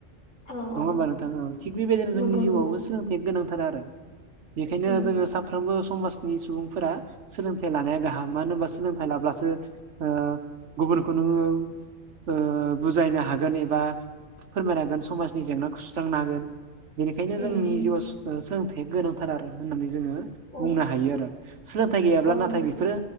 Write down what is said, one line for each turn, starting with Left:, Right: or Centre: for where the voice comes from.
Left: औ
Right: नङा
Left: औ
Right: होमबा नोंथां औ थिग बेबायदिनो
Left: नंगौ
Right: जोंनि जिउआवबो
Left: नंगौ
Right: सोलोंथया गोनांथार आरो बेखायनो
Left: उम
Right: जोङो साफ्रोमबो समाजनि सुबुंफोरा सोलोंथाइ लानाया गाहाम मानो होनबा सोलोंथाइ लाब्लाबो गुबुनखौ नु ओ बुजायनो हागोन एबा फोरमायनो हागोन समाजनि जेंनाखौ सुस्रांनो हागोन बेनिखायनो
Left: उम
Right: जोंनि
Left: उम
Right: जिउआव
Left: उम
Right: सोलोंथाइया गोनांथार आरो होननानै जोङो
Left: औ
Right: बुंनो हायो आरो सोलोंथाइ गैयाब्ला
Left: औ नंगौ।
Right: नाथाय बेफोरो